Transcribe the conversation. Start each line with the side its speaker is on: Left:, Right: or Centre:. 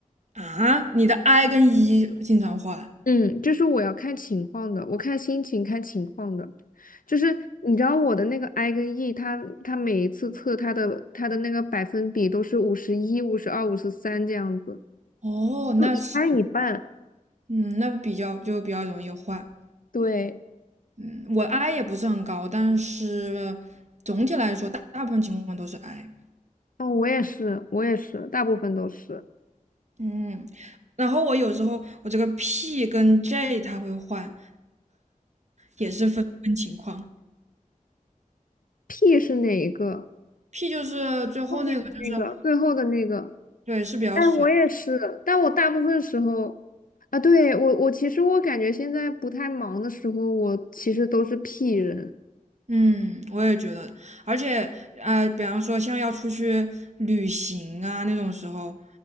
Right: 啊，你的 I 跟 E 经常换。
Left: 嗯，就是我要看情况的，我看心情看情况的，就是你知道我的那个 I 跟 E，它它每一次测它的它的那个百分比都是五十一、五十二、五十三这样子，
Right: 哦，那是
Left: 就一半一半。
Right: 嗯，那比较就比较容易换。
Left: 对，
Right: 嗯，我 I 也不是很高，但是总体来说，大大部分情况都是 I。
Left: 哦，我也是，我也是，大部分都是。
Right: 嗯，然后我有时候我这个 P 跟 J 它会换，也是分分情况。
Left: IP 是哪一个？
Right: P 就是最后那个，
Left: 后面的那个，
Right: 就是
Left: 最后的那个。
Right: 对，是比较随。
Left: 哎，我也是，但我大部分时候，啊，对，我我其实我感觉现在不太忙的时候，我其实都是 P 人。
Right: 嗯，我也觉得，而且啊、呃比方说像要出去旅行啊那种时候，